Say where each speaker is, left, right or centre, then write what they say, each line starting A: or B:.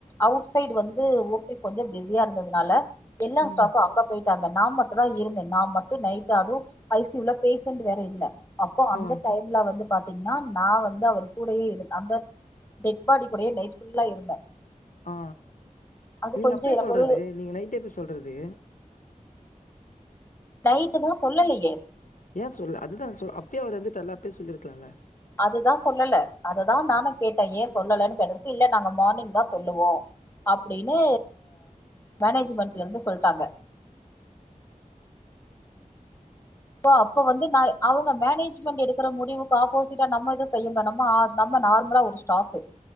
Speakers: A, on the left; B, on the left.
A: அவுட் சைடு வந்து ஓ பி கொஞ்சோ பிஸியா இருந்ததுனால எல்லா
B: ம்
A: ஸ்டாஃபு அங்க போயிட்டாங்க நா மட்டுந்தா இருந்தே நா மட்டும் நைட்டு அதுவு ஐ சி யூ ல பேஷண்ட் வேற இல்ல அப்போ அந்த
B: ஆ
A: டைம்ல வந்து பா த்தீங்கன்னா நா வந்து அவரு கூடயே இரு அந்த டெட்பாடி கூடயே நைட் ஃபுல்லா இருந்தே
B: ஆ
A: அது
B: நீங்க
A: கொஞ்சோ
B: அப்பயே
A: எனக்கு
B: சொல்றது
A: ஒரு
B: நீங்க நைட்டே போய் சொல்றது
A: நைட்டு எதுவு சொல்லலையே
B: யேன் சொல்லல அதுதா சொல் அப்பயே அவர் எறந்துட்டார்ல அப்பயே சொல்லிருக்கலால்ல
A: அதுதா சொல்லல அதுதா நானு கேட்டே ஏன் சொல்லலேன்னு கேட்டதுக்கு இல்ல நாங்க மார்னிங்தா சொல்லுவோ அ ப்டினு மேனேஜ்மென்ட்ல இருந்து சொல்ட்டாங்க சோ அப்ப வந்து நா அவங்க மேனேஜ்மெண்ட் எடுக்கற முடிவுக்கு ஆப்போசிட்டா நம்ம எது செய்ய முடியாது நம்ம ஆ நம்ம நார்மலா ஒரு ஸ்டாஃபு